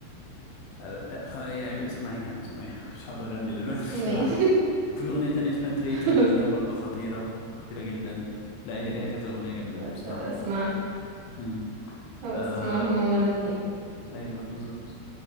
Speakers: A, on the left; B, on the right.
A: آه، خل... يعني اسمعيها اسمعيها <laughs> مش هقدر أغني دلوقتي بصراحة
B: ماشي
A: وفي أغنية تانية اسمها تريتر
B: <laughs>
A: ليها
B: بس
A: برضو خطيرة خطيرة جدا لا هي ليها كذا أغنية جامدة أوي
B: بس
A: بصراحة
B: أبقى اسمع
A: مم.
B: هبقى
A: آه
B: اسمعهم هما الاتنين
A: أيوه بالظبط